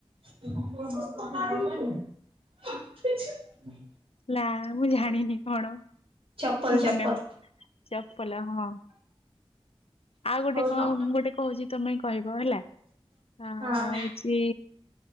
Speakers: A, on the right; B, on the left.
A: <unintelligible>
B: ନା ମୁଁ ଜାଣିନି କଣ
A: ଚପଲ ଚପଲ
B: ମନେ ଚପଲ ହଁ। ଆଉ ଗୋଟେ
A: ହଉ
B: କଣ
A: ତ
B: ମୁଁ ଗୋଟେ କହୁଛି ତମେ କହିବ ହେଲା। ଆଁ
A: ହଁ
B: ହଉଛି।